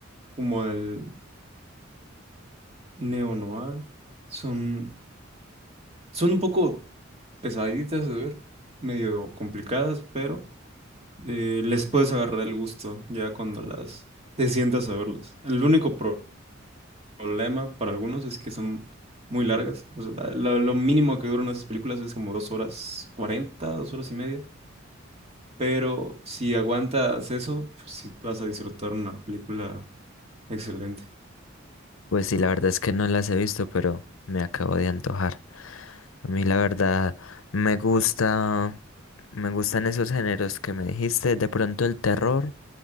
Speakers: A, on the right; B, on the left.
A: como el neo-noir. Son, son un poco pesaditas de ver, medio complicadas, pero eh, les puedes agarrar el gusto ya cuando las te sientas a verlas. El único problema para algunos es que son muy largas. O sea, lo, lo mínimo que duran esas películas es como dos horas cuarenta, dos horas y media. Pero si aguantas eso, pues sí vas a disfrutar una película excelente.
B: Pues sí, la verdad es que no las he visto, pero me acabo de antojar. A mí la verdad me gusta, me gustan esos géneros que me dijiste. De pronto el terror,